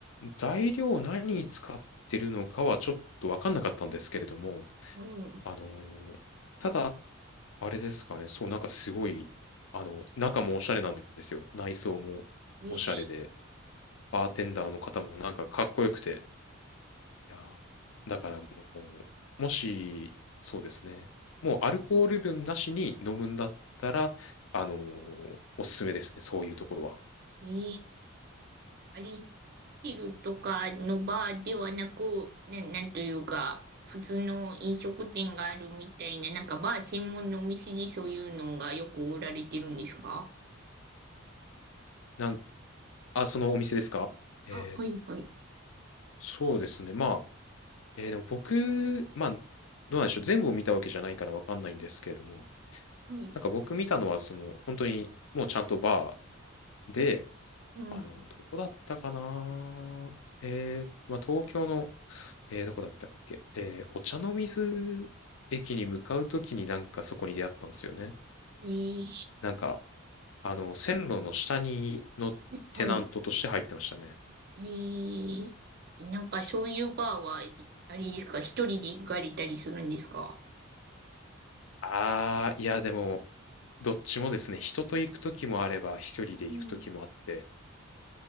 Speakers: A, on the left; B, on the right.
A: 材料何使ってるのかはちょっとわかんなかったんですけれども、
B: はい。
A: あのーただ、あれですかね、そう、なんかすごい、あの、中もおしゃれなんですよ。内装もおしゃれで。
B: に、
A: バーテンダーの方もなんかかっこよくて、いやーだからもう、もし、そうですね、もうアルコール分なしに飲むんだったら、あのーおすすめですね、そういうところは。
B: に、あれ、ホテルとかのバーではなく、な、なんというか、普通の飲食店があるみたいな、なんかバー専門のお店でそういうのがよく売られてるんですか
A: なん、あ、そのお店ですかえー
B: あ、はいはい。
A: そうですね。まあ、えーでも僕、まあ、どうなんでしょう。全部を見たわけじゃないからわかんないんですけれども、
B: はい。
A: なんか僕見たのは、その、本当に、もうちゃんとバーで、
B: うん。
A: あの、どこだったかなえー、まあ、東京の、えー、どこだったっけえー、お茶の水駅に向かうときになんかそこに出会ったんですよね。
B: えー、
A: なんか、あの、線路の下に、のテナントとして入ってましたね。
B: はいはい。えー、なんかそういうバーは、
A: そう。
B: あれですか、一人で行かれたりするんですか
A: あー、いや、でも、どっちもですね、人と行くときもあれば、一人で行くときもあって、
B: うん